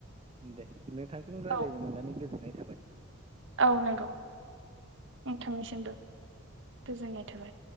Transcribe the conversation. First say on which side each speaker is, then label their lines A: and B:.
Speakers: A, on the right; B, on the right.
A: दे। नोंथांजों रायज्लायनो
B: औ
A: मोन्नानै गोजोननाय थाबाय।
B: औ नंगौ नोंथांनिसिमबो गोजोननाय थाबाय।